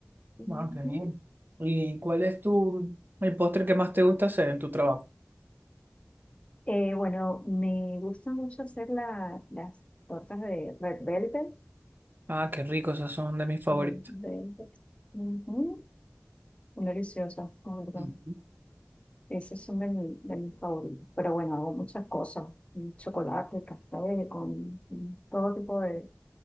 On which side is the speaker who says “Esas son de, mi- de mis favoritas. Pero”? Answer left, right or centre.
Left